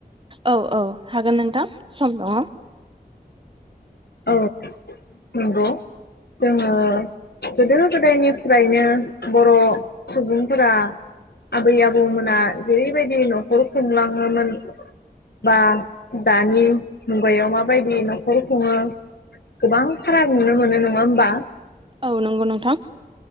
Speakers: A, on the right; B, on the left.
A: औ औ हागोन नोंथां सम दङ।
B: औ नंगौ जोङो गोदो गोदायनिफ्रायनो बर' सुबुंफोरा आबै आबौमोना जेरैबायदि न'खर खुंलाङोमोन बा दानि मुगायाव माबायदि न'खर खुङो गोबां फाराग नुनो मोनो नङा होमबा?
A: औ नंगौ नोंथां।